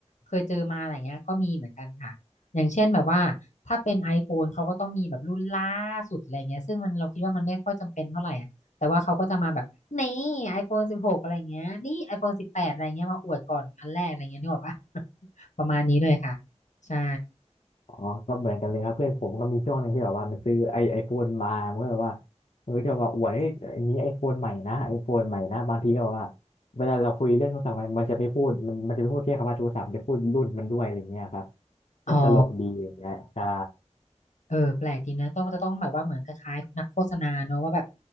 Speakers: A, on the left (about 80°); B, on the left (about 60°).
A: เคยเจอมาอะไรเงี้ยก็มีเหมือนกันค่ะอย่างเช่นแบบว่าถ้าเป็น iPhone เขาก็ต้องมีแบบรุ่นล่าสุดอะไรเงี้ยซึ่งมันเราคิดว่ามันไม่ค่อยจำเป็นเท่าไหร่อะแต่ว่าเขาก็จะมาแบบนี่ iPhone สิบหกอะไรเงี้ยนี่ iPhone สิบแปดอะไรเงี้ยมาอวดก่อนอันแรกอะไรเงี้ยนึกออกปะประมาณนี้เลยค่ะใช่
B: อ๋อก็เหมือนกันเลยครับเพื่อนผมก็มีช่วงหนึ่งที่แบบว่ามันซื้อไอไอโฟนมามันก็แบบว่ามันก็จะมาอวดให้ยอันนี้ไอโฟนใหม่นะไอโฟนใหม่นะบางทีก็แบบว่าเวลาเราคุยเรื่องโทรศัพท์มันมันจะไม่พูดมันมันจะไม่พูดแค่คำว่าโทรศัพท์มันจะพูดรุ่นมันด้วยอะไรอย่างเงี้ยครับก็ตลกดีอย่างเงี้ยใช่
A: อ๋อ เออแปลกดีนะต้องจะต้องแบบว่าเหมือนคล้ายๆนักโฆษณาเนอะว่าแบบ